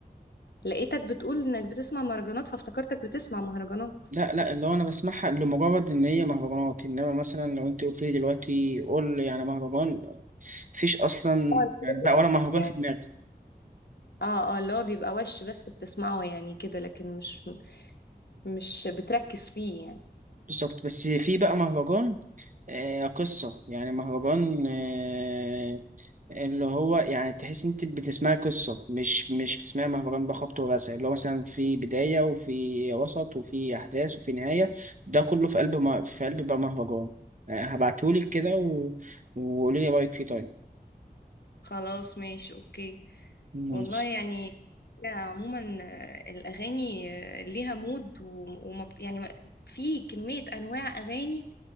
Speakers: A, on the left; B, on the right.
A: لقيتك بتقول انك بتسمع مهرجانات فافتكرتك بتسمع مهرجانات
B: لا لا اللي هو انا بسمعها لمجرد ان هي مهرجانات انما مثلا لو انت قلت لي دلوقتي قول لي يعني مهرجان مفيش اصلا
A: اه
B: يعني بقى ولا مهرجان
A: يعني
B: في دماغي
A: اه اه اللي هو بيبقى وش بس بتسمعه يعني كده لكن مش مش بتركز فيه يعني
B: بالظبط بس في بقى مهرجان آه قصة يعني مهرجان آه اللي هو يعني تحس انت بتسمعي قصة مش مش بتسمعي مهرجان بقى خبط ورزع اللي هو مثلا في بداية وفي وسط وفي احداث وفي نهاية ده كله في قلب ما في قلب بقى مهرجان آه هبعتهولك كده و... وقولي لي رأيك فيه طيب
A: خلاص ماشي اوكي
B: ماشي.
A: والله يعني هي عموما آه، الاغاني آه، ليها مود و- وما بت- يعني ما- في كمية انواع اغاني